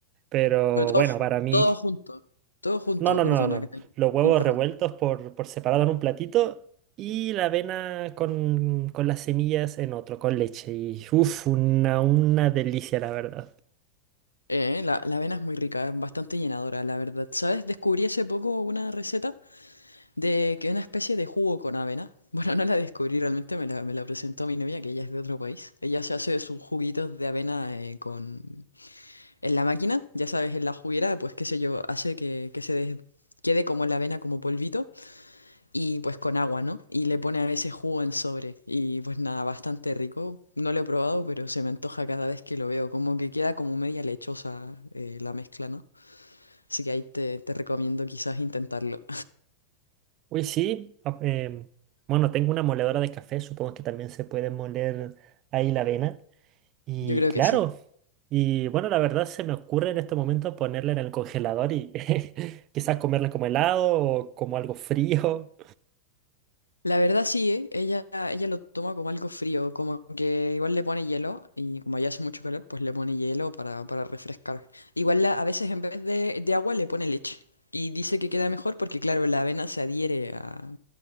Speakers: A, on the right (about 35°); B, on the left (about 80°).
A: Pero
B: Pero todo,
A: bueno, para mí
B: todo junto, todo junto,
A: No, no,
B: perdona
A: no, no.
B: que te,
A: Los huevos
B: te interrumpa.
A: revueltos por, por separado en un platito y la avena con, con las semillas en otro, con leche. Y uff, una, una delicia, la verdad.
B: Eh, la, la avena es muy rica, es bastante llenadora, la verdad. ¿Sabes? Descubrí hace poco una receta. De que una especie de jugo con avena. <laughs> Bueno, no la descubrí realmente, me la, me la presentó mi novia, que ella es de otro país. Ella se hace sus juguitos de avena eh, con... en la máquina, ya sabes, en la juguera, pues qué sé yo, hace que, que se des- quede como la avena, como polvito, y pues con agua, ¿no? Y le pone a veces jugo en sobre. Y pues nada, bastante rico. No lo he probado, pero se me antoja cada vez que lo veo. Como que queda como media lechosa eh, la mezcla, ¿no? Así que ahí te, te recomiendo quizás intentarlo.
A: Uy, sí. ah, em, bueno, tengo una moledora de café, supongo que también se puede moler ahí la avena.
B: <laughs>
A: Y
B: Yo creo
A: claro.
B: que sí.
A: Y bueno, la verdad se me ocurre en este momento ponerla en el congelador y <laughs> quizás comerla como helado o como algo frío.
B: La verdad sí, ¿eh? Ella, ella lo toma como algo frío, como que igual le pone hielo y como ya hace mucho calor, pues le pone hielo para, para refrescar. Igual la- a veces en vez de, de agua le pone leche y dice que queda mejor porque claro, la avena se adhiere a,